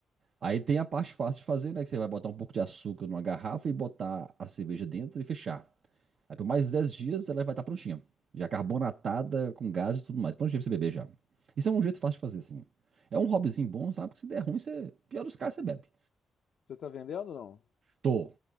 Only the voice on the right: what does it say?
Aí tem a parte fácil de fazer, né? Que você vai botar um pouco de açúcar numa garrafa e botar a cerveja dentro e fechar. Aí por mais 10 dias ela vai estar prontinha. Já carbonatada, com gás e tudo mais. Prontinha pra você beber já. Isso é um jeito fácil de fazer, assim. É um hobbyzinho bom, sabe? Porque se der ruim, você... pior dos casos, você bebe.
Tô.